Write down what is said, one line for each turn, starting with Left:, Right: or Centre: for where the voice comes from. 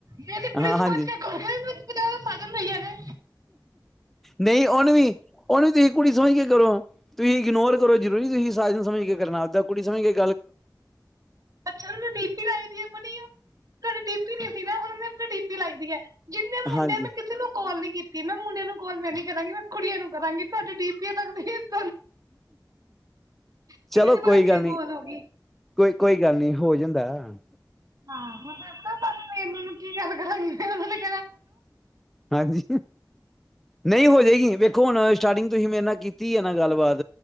Right: ਮੈਂ ਪੁਲਿਸ
Centre: ਹਾਂ ਹਾਂਜੀ
Right: ਪੋਚ ਕੇ ਕ ਮੈਨੂੰ ਸਾਧਨ ਹੋ ਨੇ
Centre: ਨਹੀਂ ਉਹਨੂੰ ਵੀ ਉਹਨੂੰ ਵੀ ਤੁਸੀਂ ਕੁੜੀ ਸਮਝ ਕੇ ਕਰੋ ਤੁਸੀਂ ਇਗਨੋਰ ਕੋਈ ਜ਼ਰੂਰੀ ਤੇ ਨਹੀ ਤੁਸੀਂ ਸਾਰੇ ਨੂ ਸਮਝ ਕੇ - ਫਿਰ ਨਾਲ ਦੇ, ਔ ਕੁੜੀ ਸਮਝ ਗੇ
Right: ਅੱਛਾਨੂੰ ਡੀ ਪੀ ਲਾਈ ਵੀ ਆਪਣੀ ਉਹ ਤੁਹਾਡੀ ਦੀ ਪੀ ਨਹੀ ਸੀ ਨਾ ਹੁਣ ਆਪਣੀ ਡੀਪੀ ਲਾਈ ਦੀ ਏ ਜਿੰਨੇ ਮੁੰਡੇ
Centre: ਹਾਂਜੀ।
Right: ਮੈਂ ਕਿਸੇ ਨੂੰ ਕਾੱਲ ਨੀ ਕੀਤੀ ਮੈਂ ਮੁੰਡੇ ਨੂੰ ਕੋਲ ਮੈਂ ਨੀ ਕਰਾਂਗੀ, ਮੈਂ ਕੁੜੀਆਂ ਨੂੰ ਕਰਾਂਗੀ, ਤੁਹਾਡੇ ਡੀ ਪੀ ਦਾ ਧਨ ਕੁੜੀ
Centre: ਚਲੋ
Right: ਦੇ ਭਲੇਖੇ
Centre: ਕੋਈ ਗੱਲ ਨੀ
Right: ਕਾਲ ਹੋ ਗਈ
Centre: ਕੋਈ ਕੋਈ ਗੱਲ ਨਹੀਂ ਹੋ ਜਾਂਦਾ ਹੈ
Right: ਹਾਂ ਦ ਪਤਾ ਮੈਨੂੰ ਨੂੰ ਕੀ ਗੱਲ <inaudible>
Centre: ਹਾਂਜੀ ਨਹੀਂ ਹੋਜਏਗੀ ਵੇਖੋ ਹੁਣ ਸਟਾਰਟਿੰਗ ਤੁਸੀਂ ਮੇਰੇ ਨਾਲ ਕੀਤੀ ਆ ਨਾ ਗੱਲਬਾਤ